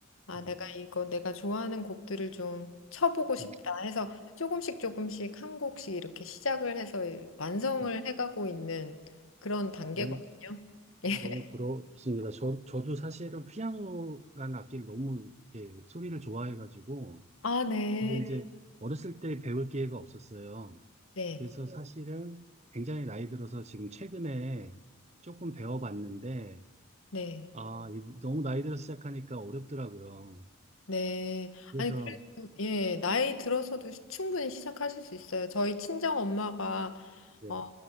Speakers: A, on the left; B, on the right.
A: 아,
B: 네,
A: 내가 이거 내가 좋아하는 곡들을 좀 쳐보고 싶다
B: 음,
A: 해서 조금씩 조금씩 한 곡씩 이렇게 시작을 해서 완성을
B: 어,
A: 해가고 있는 그런 단계거든요.
B: 너무,
A: <laughs>
B: 너무 부럽습니다. 저, 저도 사실은 피아노라는 악기를 너무 이렇게 소리를 좋아해가지고,
A: 아, 네.
B: 근데 네. 이제 네. 어렸을 때 배울 기회가 없었어요.
A: 네.
B: 그래서 네. 사실은 굉장히 나이 들어서 지금 최근에 조금 배워봤는데,
A: 네.
B: 아, 네. 이- 너무 나이 들어서 시작하니까 어렵더라고요.
A: 네.
B: 그래서
A: 아니, 그래도, 예, 나이 들어서도 시- 충분히 시작하실 수 있어요. 저희 친정 엄마가,
B: 네.
A: 어,